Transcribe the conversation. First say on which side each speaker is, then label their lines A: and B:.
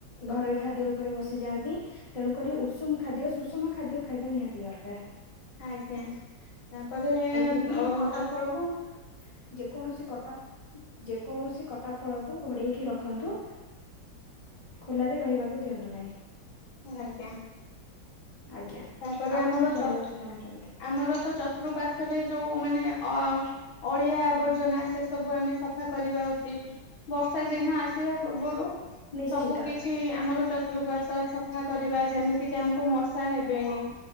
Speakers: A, on the left; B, on the left.
A: ଘରୋଇ ଖାଦ୍ୟ ଉପରେ ବସିଯାଆନ୍ତି ତେଣୁକରି ଉଷୁମ ଖାଦ୍ୟ ସୁଷମ ଖାଦ୍ୟ ଖାଇବା ନିହାତି ଦରକାର।
B: ଆଜ୍ଞା ତାପରେ
A: ଆଉ ଯେକୌଣସି
B: ଅମ୍ଚ
A: କଟା ଫଳକୁ ଯେକୌଣସି କଟା <inaudible> ଯେକୌଣସି କଟା ଫଳକୁ ଘୋଡେଇକି ରଖନ୍ତୁ। ଖୋଲାରେ ରହିବାକୁ ଦିଅନ୍ତୁ ନାହିଁ।
B: ଆଜ୍ଞା।
A: ଆଜ୍ଞା।
B: ତାପରେ
A: ଆଉ
B: ଆମର
A: କଣ ଜାଣିବାକୁ
B: ଚତ୍ରୁ-
A: ଚାହୁଁଛନ୍ତି
B: ଆମର ତ ଚତୁଃପାର୍ଶ୍ଵରେ ଯୋଉ ମାନେ ଅ, ଅଳିଆ ଆବର୍ଜନା ସେ ସବୁ ଆମେ ସଫା କରିବା ଉଚିତ। ବର୍ଷା ଦିନ ଆସିବା ପୂର୍ବରୁ
A: ନିଶ୍ଚିତ
B: ସବୁ କିଛି ଆମର ଚତୁପାର୍ଶ୍ଵ ସଫା କରିବା ଯେମିତି କି ଆମକୁ ମଶା ହେ <unintelligible>